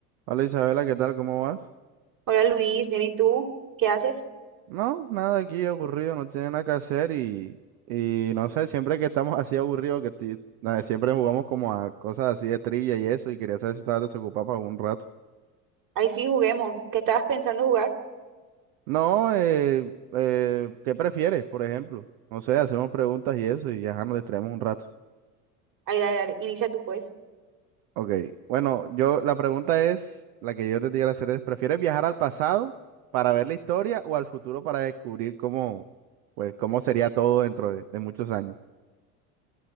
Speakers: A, on the right; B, on the right.
A: Hola Isabela, ¿qué tal? ¿Cómo vas?
B: Hola Luis, bien, ¿y tú? ¿Qué haces?
A: No, nada aquí aburrido, no tiene nada que hacer y, y no sé, siempre que estamos <laughs> así aburridos, que estoy- nada, siempre jugamos como a cosas así de trivia y eso y quería saber si estabas desocupado para un rato.
B: Ahí sí, juguemos. ¿Qué estabas pensando jugar?
A: No, eh, eh, ¿qué prefieres, por ejemplo? No sé, hacemos preguntas y eso y ya nos distraemos un rato.
B: Ahí, dale, dale, inicia tú pues.
A: Ok, bueno, yo la pregunta es, la que yo te quiero hacer es, ¿prefieres viajar al pasado para ver la historia o al futuro para descubrir cómo, pues, cómo sería todo dentro de, de muchos años?